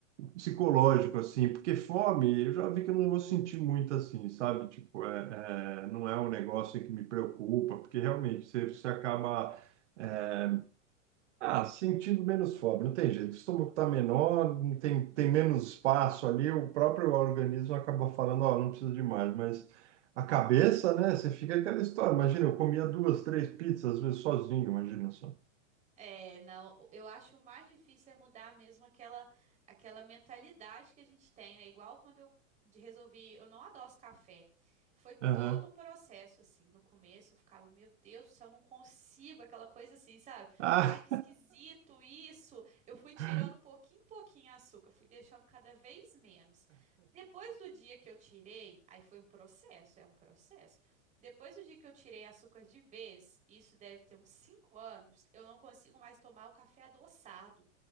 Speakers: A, on the right (about 60°); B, on the right (about 20°).
A: psicológico, assim, porque fome, eu já vi que eu não vou sentir muito assim, sabe? Tipo, é, é, não é um negócio que me preocupa, porque realmente você, você acaba é, ah, sentindo menos fome, não tem jeito. O estômago está menor, não tem,
B: Uhum.
A: tem menos espaço ali, o próprio organismo acaba falando, ó, não precisa de mais, mas a cabeça, né, você fica aquela história. Imagina, eu comia duas, três pizzas, às vezes sozinho, imagina só.
B: É, não eu acho o mais difícil é mudar mesmo aquela, aquela mentalidade que a gente tem, né? Igual quando eu de- resolvi, eu não adoço café. Foi
A: Aham.
B: todo um processo, assim. No começo eu ficava, meu Deus do céu, eu não consigo, aquela coisa assim, sabe?
A: Ah.
B: Ai, que esquisito isso. Eu fui tirando
A: <laughs>
B: pouquinho em pouquinho açúcar, fui deixando cada vez menos. Depois do dia que eu tirei, aí foi um processo, é um processo. Depois do dia que eu tirei açúcar de vez, isso deve ter uns 5 anos, eu não consigo mais tomar o café adoçado.